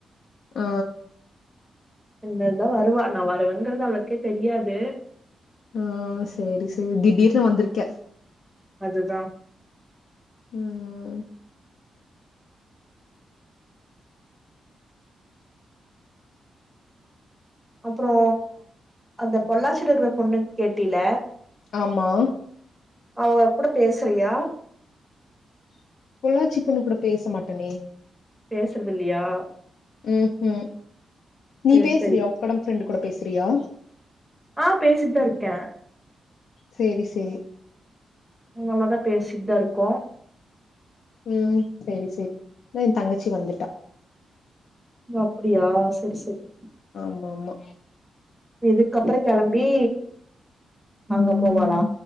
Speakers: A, on the left; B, in the centre.
A: ஆ
B: <unintelligible> வருவா நா வருவேங்கிறது அவளுக்கே தெரியாது
A: ஆ சரி சரி திடீர்னு வந்திருக்க
B: அதுதான்
A: ம்
B: அப்றோ அந்த பொள்ளாச்சியில இருக்கிற பொண்ணு கேட்டில
A: ஆமா
B: அவ எப்டு பேசிறியா
A: பொள்ளாச்சி பொண்ணு கூட பேச மாட்டனே
B: பேசுறது இல்லியா
A: ம் கு நீ
B: சேரி
A: பேசுறியா
B: சேரி
A: உக்கடம் ஃபிரிண்ட் கூட பேசிறியா
B: ஆ பேசிட்டு தா இருக்கே
A: சேரி சேரி
B: நல்லாதா பேசிட்டுதா இருக்கோம்
A: ம் சேரி சேரி இத தங்கச்சி வந்துட்டா
B: அப்டியா சேரி சேரி
A: ஆமா ஆமா
B: இதுக்க அப்றோ கிளம்பி அங்க போவாளா